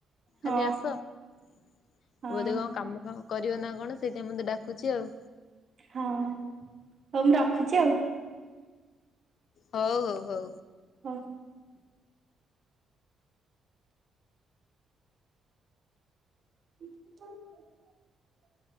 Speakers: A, on the right; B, on the left.
A: ହଁ
B: ଖାଲି ଆସ ବ
A: ହଁ
B: ବୋଧେ କଣ କାମ ଫାମ କରିବ ନା କଣ ସେଥିପାଇ ମୋତେ ଡାକୁଛି ଆଉ।
A: ହଁ ହଉ ମୁଁ ରଖୁଛି ଆଉ।
B: ହଉ ହଉ ହଉ।
A: ହଁ। <unintelligible>